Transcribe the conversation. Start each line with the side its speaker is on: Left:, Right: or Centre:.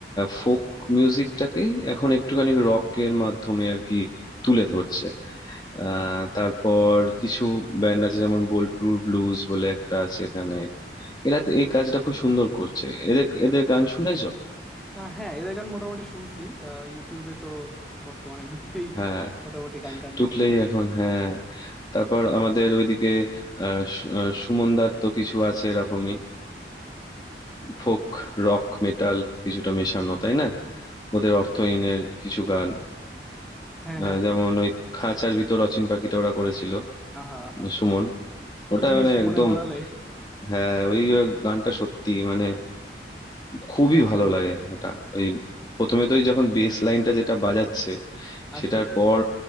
Left: ফোক মিউজিকটাকেই এখন একটুখানি রকের মাধ্যমে আর কি তুলে ধরছে আহ, তারপর কিছু ব্যান্ড আছে যেমন বোলপুর ব্লুজ বলে একটা আছে এখানে এরা তো এই কাজটা খুব সুন্দর করছে এদের এদের গান শুনেছো
Centre: আহ, হ্যাঁ এদের গান মোটামুটি শুনছি আহ, ইউটিউবে তো বর্তমানে ঢুকলেই
Left: হ্যাঁ
Centre: মোটামুটি গান টান
Left: টুকলেই
Centre: বেশ শোনা যায়
Left: এখন হ্যাঁ তারপর আমাদের ওইদিকে আহ, সু- আহ, সুমন দার তো কিছু আছে এরকমই ফোক রক মেটাল কিছুটা মেশানো তাই না ওদের অর্থহীনের কিছু গান
Centre: হ্যাঁ
Left: আহ,
Centre: হ্যাঁ
Left: যেমন
Centre: হ্যাঁ
Left: ওই খাঁচার ভিতর অচিন পাখিটা ওরা করেছিল
Centre: আহা আহা
Left: সুমন ওটা
Centre: কি জিনিস
Left: মানে একদম
Centre: মনে করালে
Left: হ্যাঁ ওই গানটা সত্যি মানে খুবই ভালো লাগে ওটা ওই প্রথমে তো ওই যখন বেস লাইনটা যেটা বাজাচ্ছে
Centre: আসলেই
Left: সেটার পর